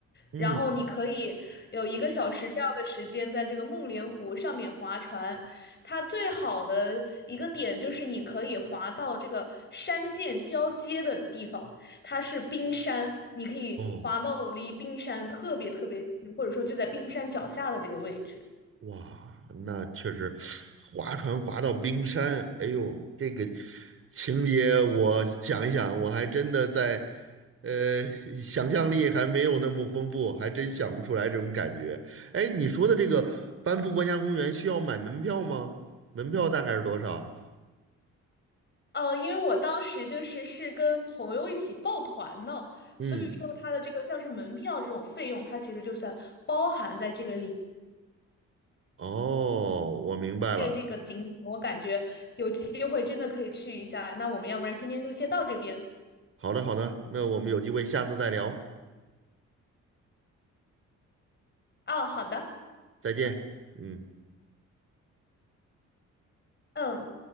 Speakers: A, on the right (about 45°); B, on the left (about 35°).
A: 嗯，
B: 然后你可以有一个小时这样的时间在这个梦莲湖上面划船。它最好的一个点就是你可以划到这个山涧交接的地方，它是冰山，你可以划到离冰山特别特别近，
A: 哦。
B: 或者说就在冰山脚下的这个位置。
A: 哇，那确实，划船划到冰山，哎呦，这个情节我想一想，我还真的在，呃，想象力还没有那么丰富，还真想不出来这种感觉。哎，你说的这个班夫国家公园需要买门票吗？门票大概是多少？
B: 呃，因为我当时就是是跟朋友一起抱团的，
A: 嗯，
B: 所以说它的这个像是门票这种费用，它其实就算包含在这个里面。
A: 哦，我明白了。
B: 这个景点，我感觉有机会真的可以去一下。那我们要不然今天就先到这边
A: 好的，好的，那我们有机会下次再聊，
B: 啊，好的，
A: 再见。嗯。
B: 嗯。